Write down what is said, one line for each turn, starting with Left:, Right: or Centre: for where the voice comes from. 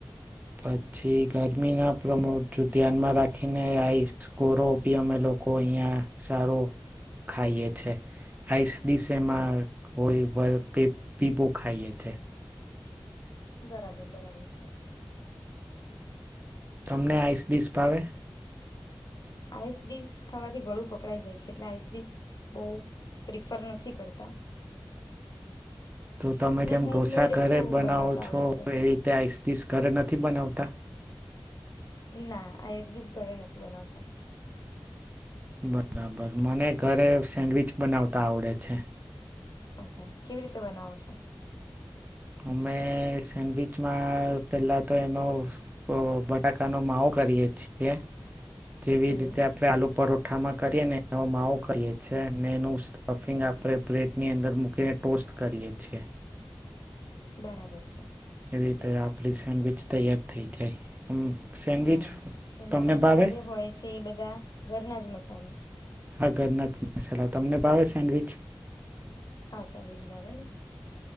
Right: પછી ગરમીના પ્રમો ધ્યાનમાં રાખ ખીને આઈસકોરોપિયમ એ લોકો અહીંયા સારો ખાઈએ છે આઈસ ડિશ એમાં કોઈ પિબો બહુ ખાઈએ છે.
Left: બરાબર બરાબર છે.
Right: તમને આઈસડીશ ભાવે?
Left: આઈસડીશ ખાવાથી ગળું પકડાઈ જાય છે એટલે આઈસડીશ બહુ પ્રિફર નથી કરતાં.
Right: તો તમે જેમ ઢોંસા
Left: હોમમેડ
Right: ઘરે
Left: શું
Right: બનાવો
Left: બનાવતા
Right: છો
Left: આવડે છે
Right: એવી રીતે આઈસડિશ ઘરે નથ નથી બનાવતા?
Left: ના આઈસડિશ ઘરે નથી બનાવતા.
Right: બરાબર મને ઘરે સેન્ડવીચ બનાવતા આવડે છે.
Left: અચ્છા કેવી રીતે બનાવો છો?
Right: અમે સેન્ડવીચમાં પેલા તો એનો અ બટાકાનો માવો કરીએ છીએ. જેવી
Left: હમ
Right: રીતે આપડે આલુ પરો ઠામાં કરીએ ને એનો માવો કરીએ છીએ ને એનું સ્ટફિંગ આપણે પ્લેટની અંદર મૂકીને ટોસ્ટ કરીએ છીએ.
Left: બરાબર છે.
Right: વીતે આપ સેન્ડવીચ તૈયાર થઈ જાય. સેન્ડવિચ
Left: હા એમાં
Right: તમને
Left: મસાલા
Right: ભાવે
Left: જે હોય છે એ બધા ઘરના જ મસા સાલા.
Right: હા ઘરનાથ મસાલા તમને ભાવે સેન્ડવીચ?
Left: હા સેન્ડવીચ ભાવે ને.